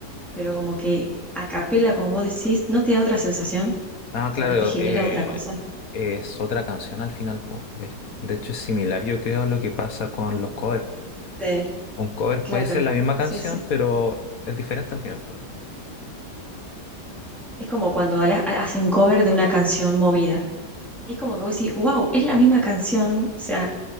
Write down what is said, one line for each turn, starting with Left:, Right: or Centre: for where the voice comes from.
Centre: pero como que a capela, como vos decís, no te da otra sensación, o
Left: Ah,
Centre: sea,
Left: claro,
Centre: no te genera
Left: eh,
Centre: otra cosa.
Left: es otra canción al final, po. Es- de hecho, es similar, yo creo, a lo que pasa con los covers.
Centre: Sí,
Left: Un cover
Centre: claro,
Left: puede ser la misma
Centre: sí,
Left: canción,
Centre: sí.
Left: pero es diferente al final, po.
Centre: Es como cuando ala- hacen cover de una canción movida. Y es como que vos decís, wow, es la misma canción, o sea,